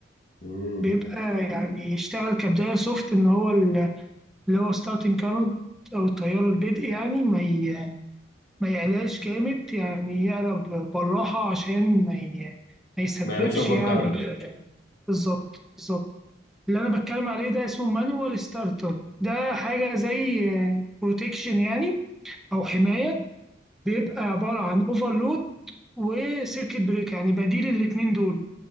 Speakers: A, on the left; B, in the centre.
A: مم.
B: بيبقى يعني يشتغل كبداية سوفت ان هو ال- اللي هو ستارتنج كارنت او التيار البدء يعني ما ي- ما يقلقش جامد يعني يقلب بالراحة عشان ما ي... ما يسببش
A: ما يعملش أوفر
B: يعني
A: كارنت
B: بالظبط بالظبط اللي أنا بتكلم عليه ده اسمه مانوال ستارتر ده حاجة زي بروتكشن يعني أو حماية بيبقى عبارة عن اوفرلود وسيركت بريك يعني بديل الاتنين دول